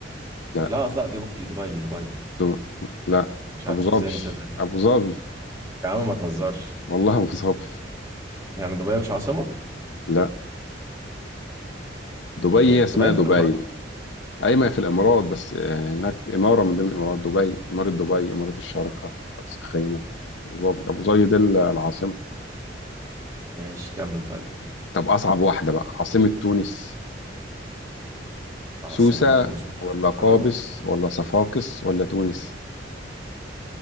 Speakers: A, on the left; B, on the right.
A: لا
B: لا لا دبي دبي دبي
A: دو... لا
B: مش عارف
A: ابو ظبي
B: ازاي نسيت ده.
A: ابو ظبي
B: يا عم ما تهزرش
A: والله ابو ظبي
B: يعني دبي مش عاصمة
A: لا دبي
B: هي
A: هي اسمها
B: دبي
A: دبي
B: في الإمارات
A: اي ما هي في الامارات بس آه، هناك اماره من ضمن الامارات دبي اماره دبي اماره الشارقه راس الخيمه ابو ظبي ابو ظبي دي العاصمه
B: ماشي كمل طيب
A: طب اصعب واحده بقى عاصمه تونس
B: عاصمة
A: سوسه
B: تونس
A: ولا
B: اختيارات
A: قابس ولا صفاقس ولا تونس